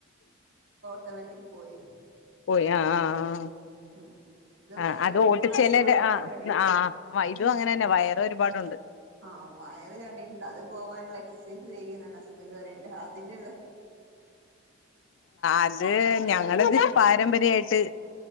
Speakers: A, on the right (about 65°); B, on the left (about 75°).
A: ഓട്ടോമാറ്റിക്ക് പോയി
B: പോയി അ അ അ
A: ഉം ഇത്
B: ആ
A: വയറ്ണ്ട്
B: അത് ഓട്ടിച്ചലരു
A: നല്ല വയറ്
B: <unintelligible>
A: ചാടി
B: ആ ആ ഇതും അങ്ങനെ തന്നെയാ വയറ് ഒരുപാടുണ്ട്
A: ആ വയറ് ചാടി ണ്ട് അത് പോവാനുള്ള എക്സസൈസ് ചെയ്യുന്നാണ് ഹസ്ബന്റ് പറയണ്ട് അതിനൊള്ള
B: അത് ഞങ്ങടിത് പാരമ്പര്യായിട്ട്